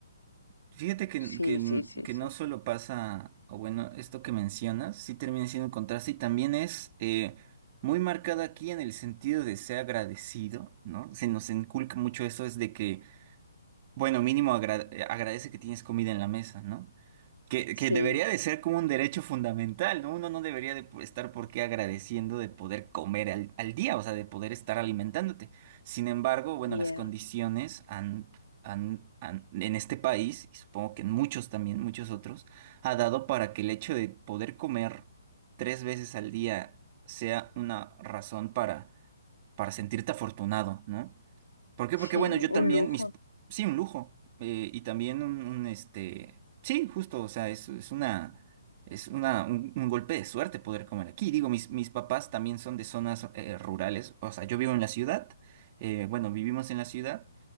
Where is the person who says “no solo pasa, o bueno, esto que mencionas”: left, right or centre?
Right